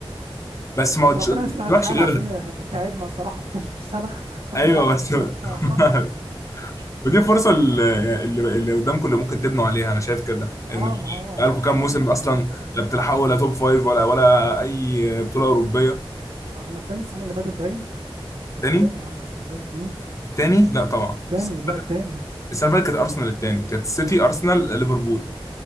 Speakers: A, on the left; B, on the right.
A: بس ما قلتش-
B: فربنا
A: ما
B: يصلح الحال
A: قلتلكش غيرها
B: عشان احنا تعبنا الصراحة 12 سنة <laughs>
A: ايوه
B: من بعد السير
A: بس <laughs>
B: <laughs>
A: ودي فرصه اللي, اللي قدامكم اللي ممكن تبنوا عليها انا شايف كده
B: اه
A: ان
B: ما هو
A: بقالكم
B: ان
A: كام
B: شاء
A: موسم
B: الله
A: اصلا
B: ان شاء الله
A: لا بتلحقوا ولا توب فايف ولا ولا اي بطوله اوروبيه
B: احنا كنا التاني السنة اللي فاتت باين
A: فالتاني
B: كنا التاني يا عم السنة اللي فاتت مم.
A: التاني لا طبعا
B: تاني
A: السنه
B: لا
A: اللي
B: التاني
A: فاتت السنة اللي فاتت كانت ارسنال التاني كانت السيتي ارسنال ليفربول